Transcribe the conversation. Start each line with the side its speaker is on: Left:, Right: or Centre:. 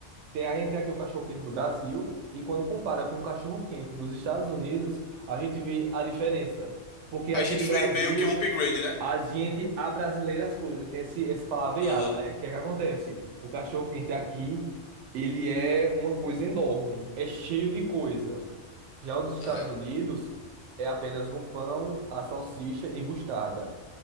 Right: Tem, a gente tem aqui o cachorro-quente do Brasil, e quando compara com o cachorro-quente dos Estados Unidos, a gente vê a diferença. Porque aqui
Left: A gente
Right: do Brasil.
Left: fez meio que um upgrade, né?
Right: A gente abrasileira as coisas, tem esse, esse palavreado,
Left: Aham.
Right: né? O que é que acontece? O cachorro quente aqui, ele é uma coisa enorme, é cheio de coisa. Já o dos Estados
Left: É.
Right: Unidos é apenas um pão, a salsicha e mostarda.